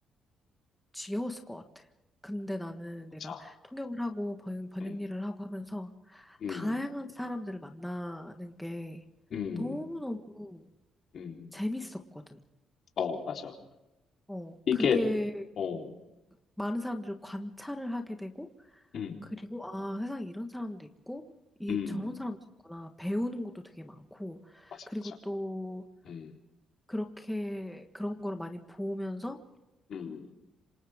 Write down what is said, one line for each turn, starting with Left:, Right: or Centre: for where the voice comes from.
Centre: 지겨웠을 것 같아. 근데 나는
Left: 맞아.
Centre: 내가 통역을 하고 번, 번역
Left: 음.
Centre: 일을 하고 하면서
Left: 음.
Centre: 다양한 사람들을 만나는 게
Left: 음.
Centre: 너무너무
Left: 음.
Centre: 재밌었거든.
Left: 어, 맞아.
Centre: 어,
Left: 이게
Centre: 그게
Left: 어.
Centre: 많은 사람들을 관찰을 하게 되고,
Left: 음.
Centre: 그리고 아, 세상에 이런 사람도 있고, 이
Left: 음.
Centre: 저런 사람도 있구나. 배우는 것도 되게 많고,
Left: 맞아,
Centre: 그리고
Left: 맞아.
Centre: 또
Left: 음.
Centre: 그렇게 그런 거를 많이 보면서
Left: 음.